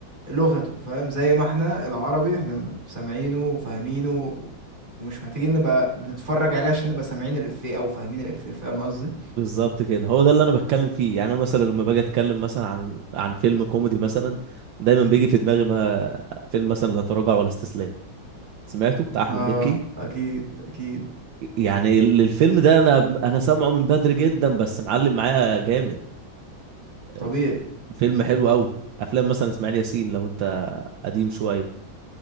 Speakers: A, on the right; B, on the right.
A: لغته فاهم زي ما احنا العربي احنا سامعينه وفاهمينه ومش محتاجين نبقى بنتفرج عليه عشان نبقى سامعين الافيه او فاهمين الافيه فاهم قصدي
B: بالظبط كده هو ده اللي انا بتكلم فيه يعني انا مثلا لما باجي اتكلم مثلا عن عن فيلم كوميدي مثلا دايما بيجي في دماغي ما فيلم مثلا لا تراجع ولا استسلام سمعته بتاع احمد
A: اه
B: مكي
A: اكيد اكيد
B: يعني ال- الفيلم ده انا انا سامعه من بدري جدا بس معلم معايا جامد
A: طبيعي
B: ف- فيلم حلو قوي افلام مثلا اسماعيل ياسين لو انت قديم شويه